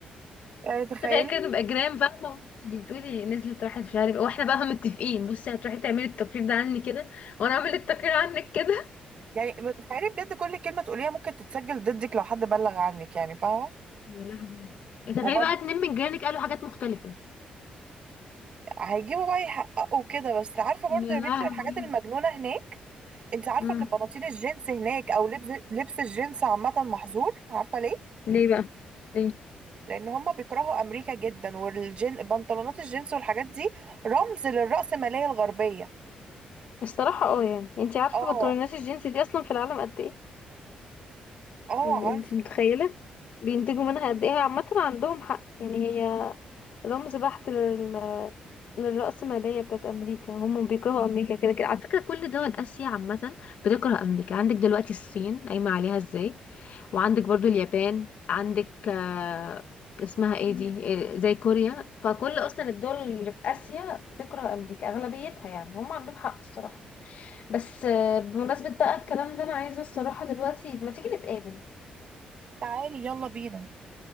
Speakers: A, on the right; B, on the left.
A: يعني تخيلي
B: تخيل كده نبقى جيران بقى ما أنت بتقولي نزلت راحت مش عارف إيه، واحنا بقى متفقين بصي هتروحي تعملي التقرير ده عني كده وانا اعمل التقرير عنك كده
A: يعني تخيلي بجد كل كلمه تقوليها ممكن تتسجل ضدك لو حد بلغ عنك يعني فاهمه
B: يا لهوي <laughs> تخيلي
A: وبرضه
B: بقى اتنين من جيرانك قالوا حاجات مختلفة
A: هيجيبوا بقى يحققوا كده بس عارفه برضه
B: يا
A: يا بنتي
B: لهوي
A: من الحاجات المجنونه هناك انت عارفه
B: أمم.
A: ان بناطيل الجينز هناك او لبس لبس الجينز عامه محظور عارفه ليه
B: ليه بقى ليه
A: لان هم بيكرهوا امريكا جدا والجين بنطلونات الجينز والحاجات دي رمز للرأسمالية الغربيه
B: الصراحة اه يعني انتي عارفة
A: اه
B: بطلونات الجينز دي اصلا في العالم قد ايه
A: اه
B: يعني
A: عارفه
B: انتي متخيلة بينتجوا منها قد ايه عامة عندهم حق يعني هي رمز بحت لل... للرأسمالية بتاعت أمريكا هم بيكرهوا أمريكا كده كده على فكرة كل دول آسيا عامة بتكره أمريكا عندك دلوقتي الصين قايمة عليها ازاي وعندك برضو اليابان عندك آه، اسمها ايه دي إيه، زي كوريا فكل أصلا الدول اللي في آسيا بتكره أمريكا أغلبيتها يعني هم عندهم حق الصراحة بس آه، بمناسبة بقى الكلام ده أنا عايزة الصراحة دلوقتي ما تيجي نتقابل
A: تعالي يلا بينا